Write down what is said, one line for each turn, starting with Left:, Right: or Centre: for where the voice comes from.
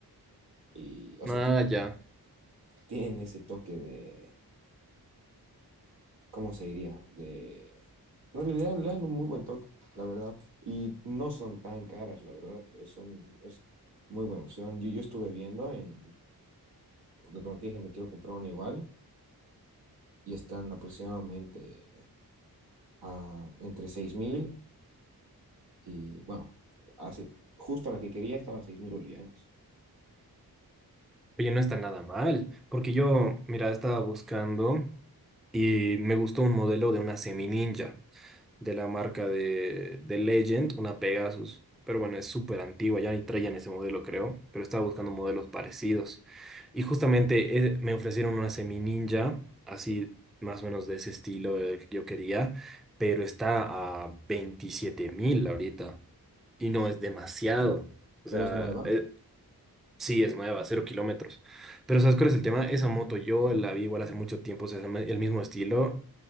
Right: y, o sea,
Centre: Ah,
Right: tiene,
Centre: ya.
Right: tienen ese toque de ¿cómo se diría? De... No, le dan, le dan un muy buen toque, la verdad. Y no son tan caras, la verdad. eh, son es muy buena opción. Yo, yo estuve viendo en, porque como te dije, me quiero comprar una igual y están aproximadamente a, entre 6 mil y, bueno, hace, justo la que quería estaba a 6 mil bolivianos.
Centre: Oye, no está nada mal, porque yo, mira, estaba buscando y me gustó un modelo de una semi ninja. de la marca de, de Legend, una Pegasus. Pero bueno, es súper antigua, ya ni traían ese modelo, creo. Pero estaba buscando modelos parecidos. Y justamente eh, me ofrecieron una Semi Ninja, así más o menos de ese estilo eh, que yo quería. Pero está a veintisiete mil ahorita. Y no es demasiado. O
Right: Pero
Centre: sea,
Right: es nueva.
Centre: eh, Sí, es nueva, cero kilómetros. Pero ¿sabes cuál es el tema? Esa moto yo la vi igual hace mucho tiempo, o sea, es el mismo estilo,